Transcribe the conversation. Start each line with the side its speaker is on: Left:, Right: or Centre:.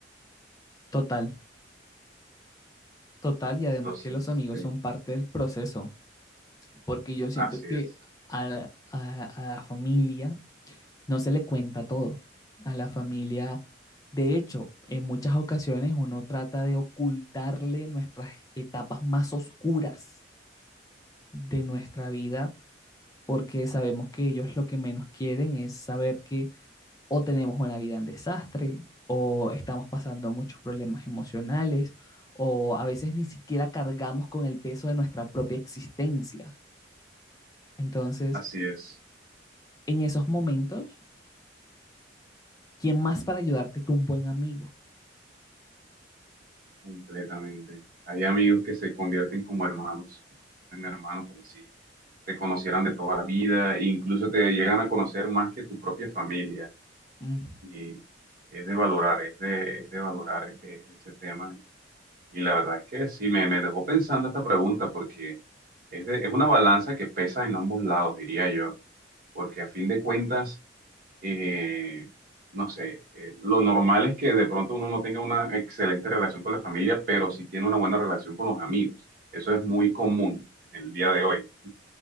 Left: Total, total, y además
Right: Entonces,
Left: que los amigos
Right: sí,
Left: son parte del proceso, porque yo siento
Right: así
Left: que
Right: es,
Left: a, a, a la familia no se le cuenta todo a la familia. De hecho, en muchas ocasiones uno trata de ocultarle nuestras etapas más oscuras de nuestra vida porque sabemos que ellos lo que menos quieren es saber que o tenemos una vida en desastre o estamos pasando muchos problemas emocionales o a veces ni siquiera cargamos con el peso de nuestra propia existencia. Entonces,
Right: así es,
Left: en esos momentos, ¿quién más para ayudarte que un buen amigo?
Right: completamente. Hay amigos que se convierten como hermanos, en hermanos como si te conocieran de toda la vida, e incluso te llegan a conocer más que tu propia familia.
Left: Mm.
Right: Y es de valorar, es de, es de valorar eh, ese tema. Y la verdad es que sí, me, me dejó pensando esta pregunta porque es, de- es una balanza que pesa en ambos lados, diría yo. Porque a fin de cuentas, eh, no sé, eh, lo normal es que de pronto uno no tenga una excelente relación con la familia, pero sí tiene una buena relación con los amigos. Eso es muy común en el día de hoy